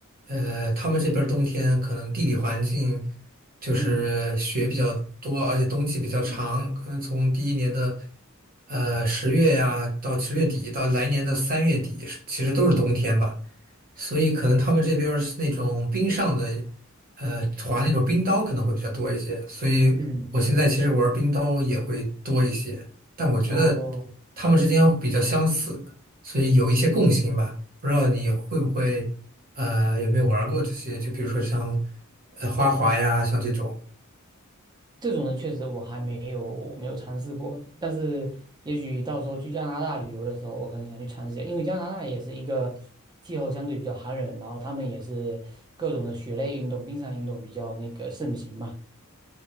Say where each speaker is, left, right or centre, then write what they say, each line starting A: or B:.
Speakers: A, on the right; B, on the right.
A: 呃，他们这边儿冬天可能地理环境就是雪比较多，
B: 嗯
A: 而且冬季比较长，
B: 嗯
A: 可能从第一年的呃十月呀到十月底到来年的三月底，其实都是冬天吧。所以可能他们这边儿是那种冰上的，呃，滑那种冰刀可能会比较多一些。所以我现在其实玩冰刀也会多一些，
B: 嗯，
A: 但我觉得他们之间比较相似，
B: 哦，
A: 所以有一些共性吧。不知道你会不会，呃，有没有玩过这些？就比如说像，呃，花滑呀，像这种。
B: 这种的确实我还没有没有尝试过，但是也许到时候去加拿大旅游的时候，我可能想去尝试一下，因为加拿大也是一个气候相对比较寒冷，然后他们也是各种的雪类运动、冰上运动比较那个盛行嘛。